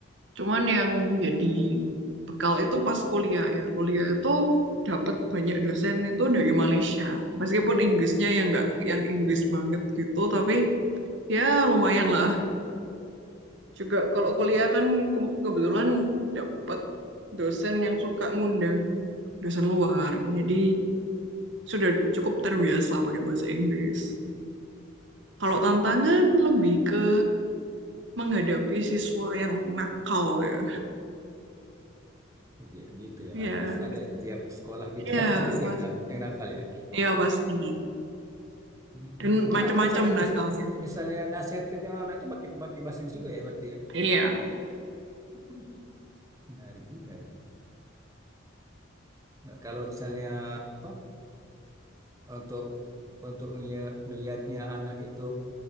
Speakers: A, on the right; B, on the right.
A: Cuman yang jadi bekal itu pas kuliah ya. Kuliah itu dapat banyak dosen itu dari Malaysia. Meskipun Inggrisnya yang nggak yang Inggris banget gitu, tapi ya lumayan lah juga kalau kuliah kan ke- kebetulan dapat dosen yang suka ngundang dosen luar. Jadi sudah cukup terbiasa pakai bahasa Inggris. Kalau tantangan lebih ke menghadapi siswa yang nakal ya.
B: gitu ya, gitu ya
A: Iya,
B: Pak. pasti ada ya, tiap sekolah gitu
A: iya,
B: pasti ada juga
A: pas,
B: yang, nak- yang nakal ya
A: iya pasti.
B: Hmm,
A: Dan
B: itu
A: macam-macam
B: nakal misalnya
A: nakalnya.
B: mis- misalnya nasihatinnya anak itu pakai pakai bahasa Inggris juga ya berarti ya
A: Iya,
B: <laughs> menarik juga ya Nah, kalau misalnya apa untuk untuk ngelihat ngelihatnya anak itu